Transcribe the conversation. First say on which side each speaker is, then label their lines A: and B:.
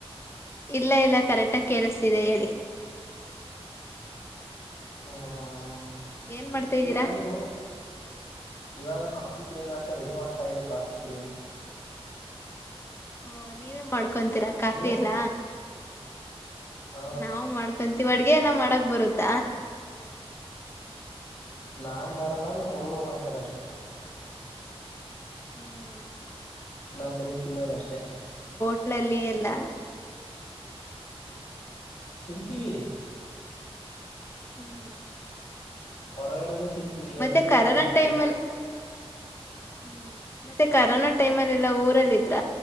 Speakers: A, on the left; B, on the left.
A: ಇಲ್ಲ ಇಲ್ಲ ಕರೆಕ್ಟಾಗಿ ಕೇಳಿಸತಿದೆ ಹೇಳಿ
B: ಹ್ಮ ಹಾ <unintelligible>
A: ಏನ್ ಮಾಡ್ತಾ ಇದ್ದೀರಾ
B: ಇವಾಗ ನೀವು ಇವಾಗ <unintelligible> ಕಾಫಿ ಕುಡಿಯನ <unintelligible> ಅಂತ ರೆಡಿ ಮಾಡ್ತಾ ಇದೆ ಕಾಫಿ ಪುಡಿನ
A: ಓ ನೀವೇ ಮಾಡ್ ಕೊಂತೀರಾ ಕಾಫಿ
B: ನೀವು
A: ಎಲ್ಲ
B: ಹ
A: ನಾವ್ ಮಾಡ್ಕೊಂತೀವಿ ಅಡ್ಗೆ ಎಲ್ಲ ಮಾಡ್ ಡಕ್ ಬರುತ್ತ
B: ನಾನ್ ಮಾಡಲ್ಲ ನಮ್ಮ್ ಹುಡುಗರು ಮಾಡ್ತಾರ ಅಷ್ಟೆ
A: ಹ್ಮ್
B: ನಮ್ಮ ಬರೀ ತಿನ್ನೋದಷ್ಟೇ
A: <unintelligible> ಹಳಲ್ಲಿ ಎಲ್ಲ
B: ತಿಂತೀವಿ
A: ಹ್ಮ್
B: ಹೊರಗಡೆನು ತಿಂತೀವಿ
A: ಮತ್ತೆ
B: ಎಲ್ಲ ಕಡೆ
A: ಕರೋನಾ
B: ತಿಂತೀವಿ
A: ಟೈಮ್ ಅಲ್ಲಿ ಹ್ಮ್ ಮತ್ತೆ ಕರೋನಾ ಟೈಮ್ ಅಲ್ಲಿ ಎಲ್ಲಾ ಊರಲ್ಲ ಇದ್ರ